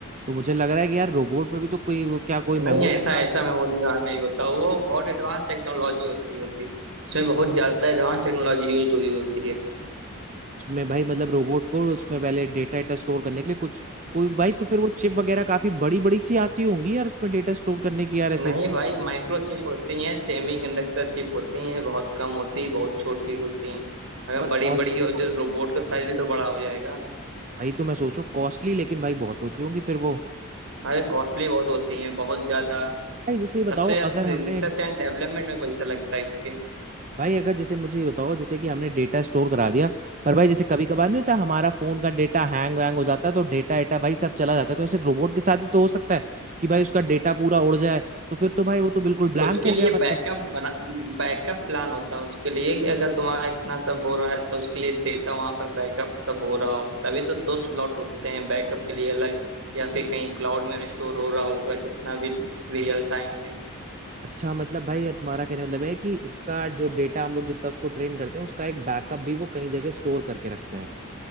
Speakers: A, on the right (about 35°); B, on the right (about 65°).
A: तो मुझे लग रहा है कि यार रोबोट में भी तो कोई वो क्या कोई
B: नहीं
A: मेमोरी
B: ऐसा
A: कार्ड
B: ऐसा मेमोरी कार्ड नहीं होता वो बहुत एडवांस टेक्नोलॉजी होती होती उसमें बहुत ज्यादा एडवांस टेक्नोलॉजी यूज हुई होती है
A: में भाई मतलब रोबोट को उसमें पहले डेटा डेटा स्टोर करने के लिए कुछ कोई भाई तो फिर वो चिप वगैरह काफी बड़ी बड़ी सी आती होंगी यार उसमें डेटा स्टोर करने की यार ऐसे
B: नहीं भाई माइक्रोचिप होती हैं सेमीकंडक्टर चिप होती हैं बहुत कम होती बहुत छोटी होती हैं अगर
A: पर
B: बड़ी
A: कॉस्टली
B: बड़ी हो तो रोबोट
A: होंगी
B: का साइज भी तो बड़ा हो जाएगा
A: भाई तो मैं सोच रहा हूँ कॉस्टली लेकिन भाई बहुत होती होंगी फिर वो
B: अरे कॉस्टली बहुत होती हैं बहुत ज्यादा
A: भाई जैसे ये बताओ
B: सबसे ज्यादा
A: अगर
B: रिसर्च
A: हमने
B: एंड डेवलपमेंट में पैसा लगता है इसके
A: भाई अगर जैसे मुझे ये बताओ जैसे कि हमने डेटा स्टोर करा दिया पर भाई जैसे कभी कभार नहीं होता हमारा फोन का डेटा हैंग वैंग हो जाता है तो डेटा एटा भाई सब चला जाता है तो ऐसे रोबोट के साथ भी तो हो सकता है कि भाई उसका डेटा पूरा उड़ जाए तो फिर तो भाई वो तो बिल्कुल ब्लैंक
B: तो उसके
A: हो
B: लिए
A: गया मतलब
B: बैकअप बना बैकअप प्लान होता है उसके लिए कि अगर तुम्हारा इतना सब हो रहा है तो उसके लिए डेटा वहां पर बैकअप सब हो रहा हो तभी तो दो स्लॉट होते हैं बैकअप के लिए अलग या फिर कहीं क्लाउड में स्टोर हो रहा होगा जितना भी रियल टाइम में
A: अच्छा मतलब भाई ये तुम्हारा कहने का मतलब है कि इसका जो डेटा हम लोग जितना उसको ट्रेन करते हैं उसका एक बैकअप भी वो कहीं जगह स्टोर करके रखते हैं